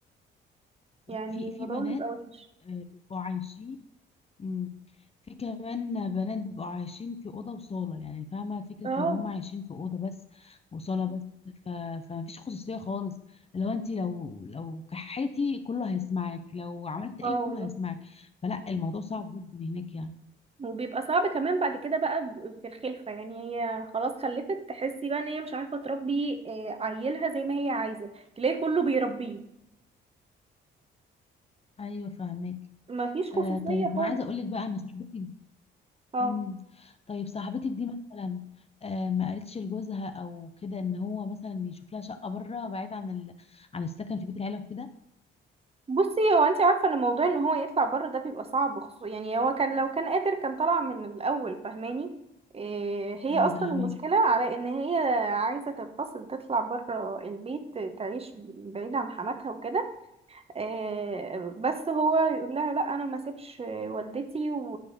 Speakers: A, on the right; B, on the left.
A: يعني
B: في
A: الموضوع
B: في بنات
A: بيبقى وحش
B: آه، بيبقوا عايشين مم. في كمان بنات بيبقوا عايشين في اوضه وصاله يعني فاهمه فكره
A: اه
B: ان هم عايشين في اوضه بس وصاله بس ف... فما فيش خصوصيه خالص لو انت لو لو كحيتي كله هيسمعك لو عملت ايه
A: اه
B: كله
A: والله
B: هيسمعك فلا الموضوع صعب جدا هناك يعني
A: وبيبقى صعب كمان بعد كده بقى ب- في الخلفة يعني هي خلاص خلفت تحسي بقى ان هي مش عارفة تربي آه، عيلها زي ما هي عايزة تلاقي كله بيربيه
B: ايوه فاهمك
A: مفيش خصوصية
B: آه طيب ما
A: خالص
B: انا عايزه اقول لك بقى ان صاحبتي
A: اه
B: مم. طيب صاحبتك دي مثلا آه ما قالتش لجوزها او كده ان هو مثلا يشوف لها شقه بره بعيد عن ال... عن السكن في بيت العيله وكده
A: بصي هو انت عارفه ان موضوع ان هو يطلع بره ده بيبقى صعب خصوصا يعني هو كان لو كان قادر كان طلع من الاول فاهماني إيه هي
B: مم،
A: اصلا
B: فاهمك
A: المشكله على ان هي عايزه تنفصل تطلع بره البيت تعيش بعيد عن حماتها وكده إيه بس هو يقول لها لا انا ما سيبش والدتي و...